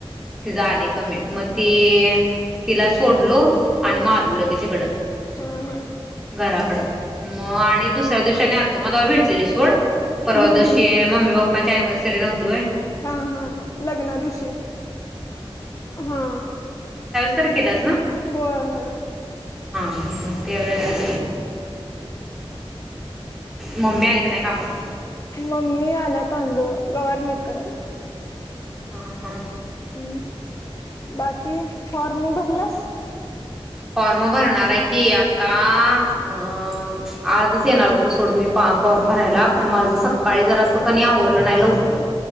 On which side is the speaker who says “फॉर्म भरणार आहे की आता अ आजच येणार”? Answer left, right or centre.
Centre